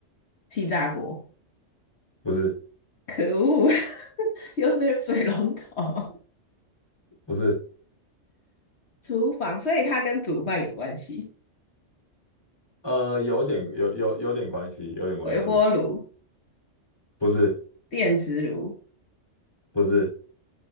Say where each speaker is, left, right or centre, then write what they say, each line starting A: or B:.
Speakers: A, on the left; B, on the left.
A: 气炸锅，
B: 不是
A: 可恶，<laughs> 用的是水龙头。
B: 不是，
A: 厨房，所以它跟煮饭有关系。
B: 呃，有点有有有点关系，有点关系，
A: 微波炉、
B: 不是
A: 电磁炉
B: 不是，